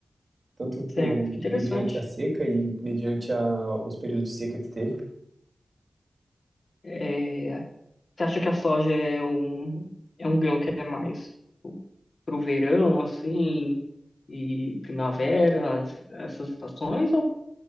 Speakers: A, on the right; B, on the left.
A: tanto com
B: certo, que interessante.
A: mediante a seca e mediante a, os períodos de seca que teve.
B: É, Você acha que a soja é um, é um grão que é mais pro verão, assim, e primavera, as- essas estações, ou